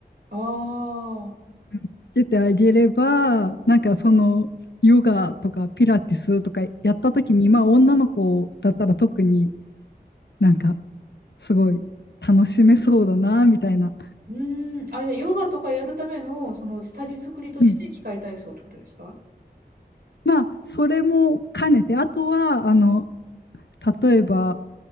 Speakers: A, on the right; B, on the left.
A: ああ、
B: つけてあげれば、なんかその、ヨガとかピラティスとかやった時に、まあ女の子だったら特になんかすごい楽しめそうだなみたいな、
A: うーん。あ、じゃあヨガとかやるための、その、下地作りとして器械体操ってことですか
B: うん、まあ、それも兼ねて、あとは、あの、例えば、